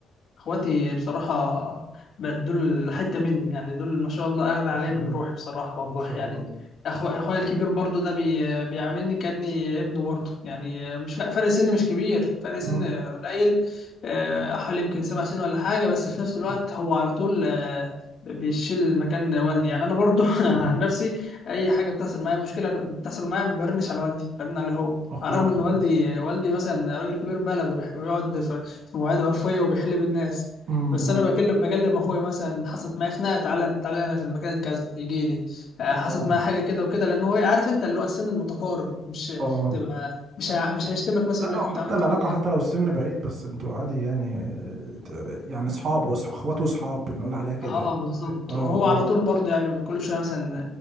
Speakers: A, on the left; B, on the right.
A: اخواتي بصراحة بقت دول حتة مني يعني دول ما شاء الله اغلى عليا
B: ما شاء
A: من
B: الله
A: روحي بصراحة والله
B: ما شاء
A: يعني
B: الله
A: أخو اخويا الكبير برضو ده بي... بيعاملني كأني ابنه برضو يعني مش فرق فرق سن مش كبير فرق سن
B: مم.
A: قليل آه، حوالي يمكن سبع سنين ولا حاجة بس في نفس
B: مم.
A: الوقت هو على طول آه، بيشيل مكان والدي يعني انا برضو <laughs> انا
B: مم.
A: عن نفسي اي حاجة بتحصل معايا مشكلة بتحصل معايا ما برنش على والدي برن عليه هو
B: اخوك
A: على الرغم ان والدي والدي مثلا راجل كبير بلد وبيح- ويقعد في في مواعيد عرفيه وبيحل بالناس
B: مم.
A: بس
B: مم.
A: انا بكلم بكلم اخويا مثلا حصلت معايا خناقه تعالى تعالى انا في المكان الكذا يجي لي آه،
B: اه
A: حصلت معايا حاجه كده وكده لان هو عارف انت اللي هو السن المتقارب مش
B: اه
A: تبقى مش ه- مش هيشتمك مثلا
B: لا
A: يقول
B: او
A: لك انت
B: حتى
A: عملت
B: العلاقه
A: كده ليه
B: حتى لو السن بعيد بس انتوا عادي يعني آه، ت- يعني اصحاب وص- اخوات واصحاب بنقول عليها كده
A: اه
B: يعني
A: بالظبط
B: فاهم اه اه
A: وهو على طول برضه يعني كل شويه مثلا